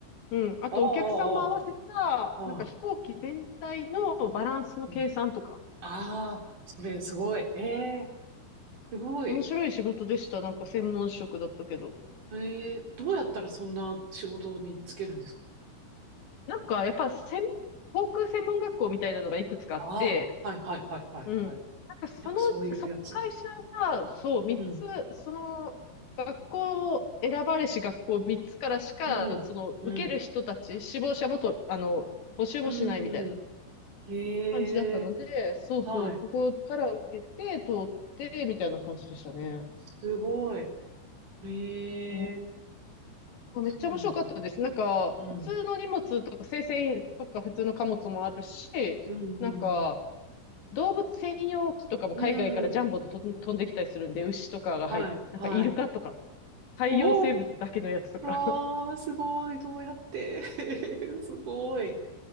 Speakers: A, on the left; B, on the right.
A: うん、あとお客さんも合わせた、
B: ああ、ああ、
A: なんか飛行機全体のバランスの計算とか、
B: はい。うん。ああ、それすごい。ええ、すごい。
A: 面白い仕事でした。なんか専門職だったけど。
B: ええ、どうやったらそんな仕事に就けるんですか
A: なんか、やっぱ専門、航空専門学校みたいなのがいくつかあって、
B: ああ、はいはいはいはいはい。
A: うん。なんかそのうち、
B: やっぱそういうやつ。
A: そ、会社が、そう、三つ、
B: うん、
A: その、学校を選ばれし学校三つからしか、
B: うん、
A: その、
B: うん、
A: 受ける人たち、志望者もと、あの、募集もしないみたいな
B: うん、うん。ええ、
A: 感じだったので、そうそう、
B: はい。
A: そこから受けて、通って、みたいな感じでしたね。
B: すごい。え
A: う
B: え、
A: ん、
B: そうなんだ。
A: めっちゃ面白かったです。なんか、
B: うん、
A: 普通の荷物とか、生鮮とか普通の貨物もあるし、
B: うん、
A: なんか、
B: うん、
A: 動物専用機とかも海外からジャンボでと飛んできたりするんで、
B: うん。
A: 牛とかが入っ、
B: はい、
A: なんかイルカとか、
B: はい。
A: 海洋生物だけのやつとか。
B: おお、わあ、
A: <laughs>
B: すごい。どうやって <laughs> すごい。